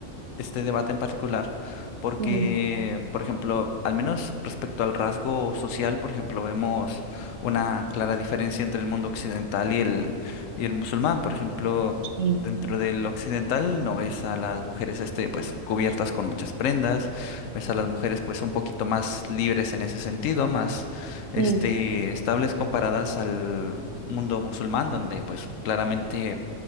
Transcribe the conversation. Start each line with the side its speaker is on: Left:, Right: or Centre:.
Left: este debate en particular, porque,
Right: Mm,
Left: por ejemplo, al menos respecto al rasgo social, por ejemplo, vemos una clara diferencia entre el mundo occidental y el, y el musulmán. Por ejemplo,
Right: sí.
Left: dentro del occidental no ves a las mujeres este, pues, cubiertas con muchas prendas, ves a las mujeres pues un poquito más libres en ese sentido, más este,
Right: Mm,
Left: estables comparadas al mundo musulmán, donde pues claramente